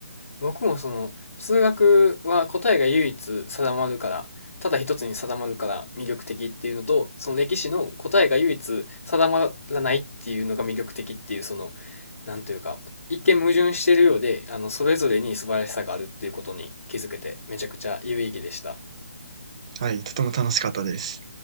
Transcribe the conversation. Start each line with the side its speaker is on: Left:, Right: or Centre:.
Left: 僕もその、数学は答えが唯一定まるから、ただ一つに定まるから魅力的っていうのと、その歴史の答えが唯一定まらないっていうのが魅力的っていう、その、なんというか、一見矛盾しているようで、あの、それぞれに素晴らしさがあるっていうことに気づけて、めちゃくちゃ有意義でした。
Right: はい、とても楽しかったです。